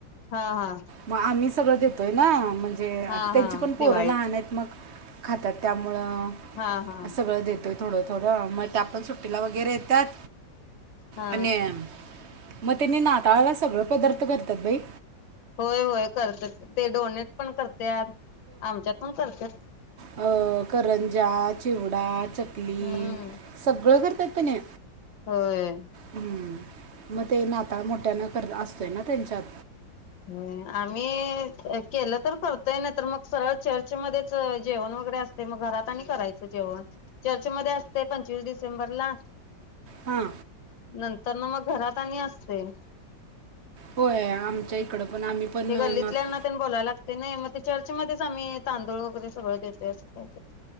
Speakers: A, on the left; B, on the right.
A: हा हा
B: म आम्ही सगळं <inaudible> ते
A: हा
B: त्यांची
A: हा
B: पण
A: दिवाळीत
B: पोरं लहानेत मग.. खातात त्यामु मु
A: हा हा
B: सगळं देतोय थोडं थोडं मग त्यापासुण ला वगैरे येतात.
A: हा
B: आणि मग त्यांनी नाताळला सगळ पदार्थ करतात बाई.
A: होय होय करते ते डोनेट पण कर त्या आमच्यात पण करत्यात....
B: अ करंज्या चिवडा चकली
A: हम्म
B: सगळं कर त तने...
A: होय
B: हम्म म ते ना आता मोठ्यान कर असतय ना त्यांच्यात...
A: ह आम्ही केलं तर करतोय नाही तर मग सरळ चर्च मध्येच जेवण वगैरे असते मग घरात आणि करायचं जेवण चर्च मध्ये असते पंचवीस डिसेंबरला
B: हां
A: नंतर न मग घरात त्यांनी असतय
B: होय आमच्या इकडं... पण आम्ही पण
A: ते गल्लीतल्याना
B: नात
A: बोलायला लागते नाई मग चर त्याच्यामध्येच आम्ही तांदूळ वगैरे सगळं देतोय अस काई काई...